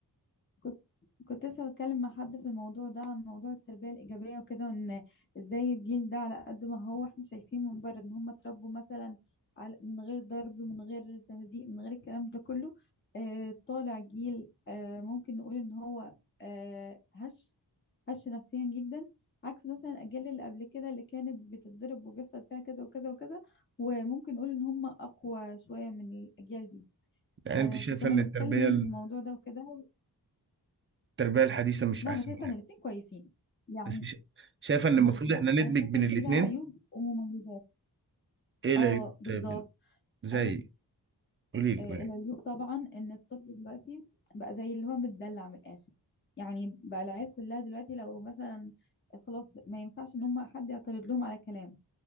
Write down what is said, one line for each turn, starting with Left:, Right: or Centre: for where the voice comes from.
Left: كنت كنت لسه بتكلم مع حد في الموضوع ده عن موضوع التربية الإيجابية وكده وإن إزاي الجيل ده على قد ما هو إحنا شايفين من بره إن هم اتربوا مثلا على من غير ضرب من غير تهزيء من غير الكلام ده كله آه طالع جيل آه ممكن نقول إن هو آه هش هش نفسيا جدا عكس مثلا الاجيال اللي قبل كده اللي كانت بتتضرب وبيحصل فيها كذا وكذا وكذا وممكن نقول ان هم اقوى شويه من الاجيال دي
Right: يعني
Left: آه،
Right: انت شايفه
Left: فكنا
Right: ان
Left: بنتكلم
Right: التربيه
Left: يعني في الموضوع ده وكده
Right: التربية الحديثة مش
Left: لا
Right: أحسن
Left: انا شايفه
Right: حاجة
Left: ان الاتنين كويسين يعني
Right: بس مش شايفة إن
Left: بص
Right: المفروض
Left: لا
Right: إحنا ندمج
Left: انا شايفه
Right: بين
Left: ان
Right: الاتنين
Left: دي لها عيوب ومميزات
Right: إيه العيوب
Left: اه بالظبط
Right: طيب بين- زي
Left: انا
Right: قولي لي
Left: آه،
Right: قولي
Left: العيوب
Right: لي
Left: طبعا ان الطفل دلوقتي بقى زي اللي هو متدلع من الاخر يعني بقى العيال كلها دلوقتي لو مثلا خلاص ما ينفعش ان هم حد يعترض لهم على كلام